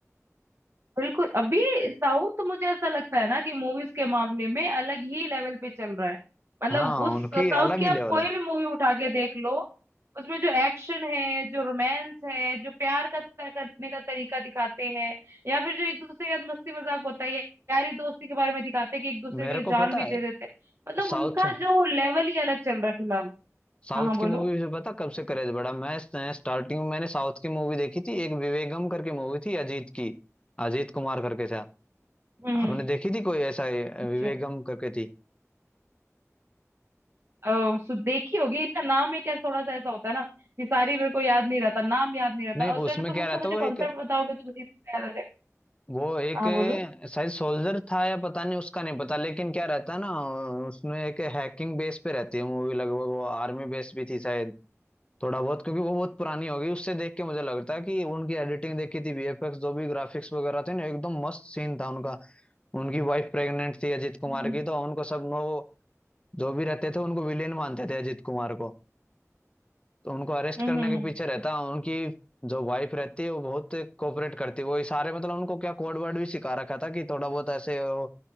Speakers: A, on the right; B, on the left.
A: बिल्कुल अभी साउथ मुझे ऐसा लगता है ना कि मूवीज के मामले में अलग ही लेवल पे चल रहा है मतलब
B: हाँ
A: उस
B: उनकी
A: साउथ
B: अलग
A: की
B: ही
A: आप
B: लेवल
A: कोई
B: है
A: भी मूवी उठा के देख लो उसमें जो एक्शन है जो रोमांस है जो प्यार का तर- करने का तरीका दिखाते हैं या फिर जो एक दूसरे के साथ मस्ती मजाक होता है या यारी दोस्ती के बारे में दिखाते हैं कि एक दूसरे
B: मेरे
A: के लिए
B: को
A: जान
B: पता
A: भी
B: है
A: दे देते हैं मतलब
B: साउथ
A: उनका जो लेवल ही अलग चल रहा है फिलहाल
B: साउथ
A: हाँ हाँ बोलो
B: की मूवी से पता कब से क्रेज बढ़ा मैं स्टार्टिंग में मैंने साउथ की मूवी देखी थी एक विवेगम करके मूवी थी अजीत की अजीत कुमार करके था
A: हम्म हम्म,
B: आपने देखी थी कोई ऐसा ये,
A: अच्छा
B: विवेगम करके थी
A: अ, सु- देखी होगी इनका नाम एक ऐसा थोड़ा सा ऐसा होता है ना कि सारी मेरे को याद नहीं रहता नाम याद नहीं रहता
B: नहीं
A: अगर
B: उसमें
A: तुम
B: क्या
A: उसका
B: रहता
A: मुझे
B: वो
A: कॉन्सेप्ट
B: एक
A: बताओगे तो मुझे इतना याद आ जाएगा
B: वो एक
A: हाँ बोलो
B: शायद सोल्जर था या पता नहीं उसका नहीं पता लेकिन क्या रहता ना उसमें एक हैकिंग बेस पे रहती है मूवी लगभग वो आर्मी बेस भी थी शायद थोड़ा बहुत क्योंकि वो बहुत पुरानी होगी उससे देख के मुझे लगता है कि उनकी एडिटिंग देखी थी वीएफएक्स जो भी ग्राफिक्स वगैरह थे ना एकदम मस्त सीन था उनका उनकी वाइफ प्रेग्नेंट थी अजीत कुमार
A: हम्म
B: की तो उनको सब वो जो भी रहते थे उनको विलेन मानते थे अजीत कुमार को तो उनको अरेस्ट
A: हम्म
B: करने
A: हम्म
B: के पीछे रहता उनकी जो वाइफ रहती है वो बहुत कोऑपरेट करती है वो इशारे मतलब उनको क्या कोड वर्ड भी सिखा रखा था कि थोड़ा बहुत ऐसे वो